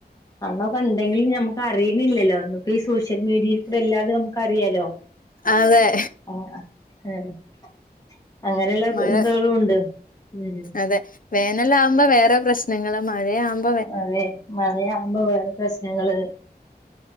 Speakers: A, on the left; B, on the left.
A: അന്നൊക്കെണ്ടങ്കിലും ഞമ്മക്ക് അറിയ്ണില്ലല്ലോ ഇന്ന്പ്പോ ഈ സോഷ്യൽ മീഡിയയിൽ കൂടെ എല്ലാതും നമക്ക് അറിയാലോ
B: അതെ
A: ഉം അ അങ്ങനെള്ള
B: മഴ
A: ഇതേളുണ്ട് ഉം
B: അതെ വേനലാകുമ്പോ വേറെ പ്രശ്നങ്ങള് മഴേവു
A: അതെ മഴയാവുമ്പോ വേറെ പ്രശ്നങ്ങള്